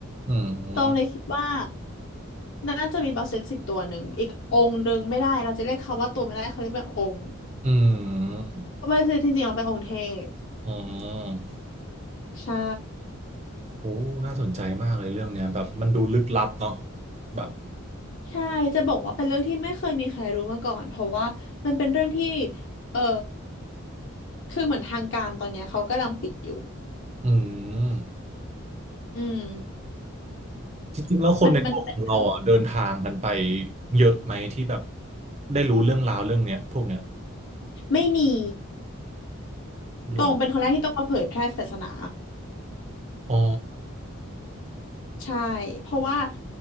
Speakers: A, on the right; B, on the left.
A: อืม
B: ต้องเลยคิดว่าน่าจะมีบาเซตสิบตัวหนึ่งอีกองค์หนึ่งไม่ได้เราจะเรียกเขาว่าตัวไม่ได้เขาเรียกเป็นองค์
A: อืม
B: เพราะบาเซตจริงๆเราเป็นองค์เทพ
A: อืม
B: ใช่
A: โอ้น่าสนใจมากเลยเรื่องเนี้ย แบบมันดูลึกลับเนาะแบบ
B: ใช่จะบอกว่าเป็นเรื่องที่ไม่เคยมีใครรู้มาก่อนเพราะว่ามันเป็นเรื่องที่เออคือเหมือนทางการตอนเนี้ยเขากำลังปิดอยู่
A: อืม
B: อืม
A: จริงๆแล้วคนในโลกของเราอ่ะเดินทางกันไป
B: มันมันเป็นเรื่อง
A: เยอะไหมที่แบบได้รู้เรื่องราวเรื่องเนี้ยพวกเนี้ย
B: ไม่มีตองเป็นคนแรกที่ต้องมาเผยแพร่ศาสนา
A: หรอ อ๋อ
B: ใช่เพราะว่า